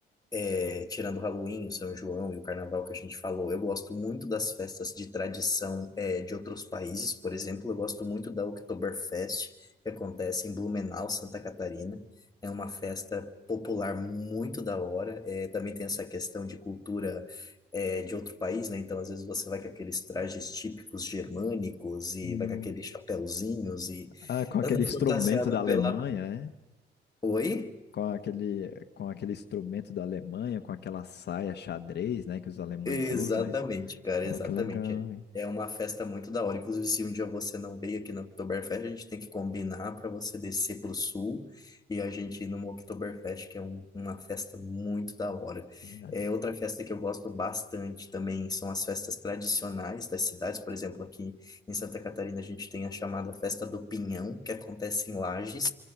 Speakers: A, on the left; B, on the left.
A: é, tirando o Halloween, o São João e o Carnaval que a gente falou, eu gosto muito das festas de tradição é, de outros países. Por exemplo, eu gosto muito da Oktoberfest, que acontece em Blumenau, Santa Catarina. É uma festa popular muito da hora. É, também tem essa questão de cultura é, de outro país, né? Então, às vezes você vai com aqueles trajes típicos germânicos e
B: Hum.
A: vai com aqueles chapéuzinhos e
B: Ah, com aquele
A: anda
B: instrumento
A: fantasiado
B: da Alemanha,
A: pela...
B: é?
A: Oi?
B: Com aquele, com aquele instrumento da Alemanha, com aquela saia xadrez, né, que os alemães
A: Exatamente,
B: usam. aí-
A: cara,
B: Pô,
A: exatamente.
B: que legal, hein?
A: É uma festa muito da hora. Inclusive, se um dia você não veio aqui no Oktoberfest, a gente tem que combinar para você descer para o sul e a gente ir numa Oktoberfest, que é um- uma festa muito da hora.
B: É.
A: É, outra festa que eu gosto bastante também são as festas tradicionais das cidades. Por exemplo, aqui em Santa Catarina, a gente tem a chamada Festa do Pinhão, que acontece em Lages,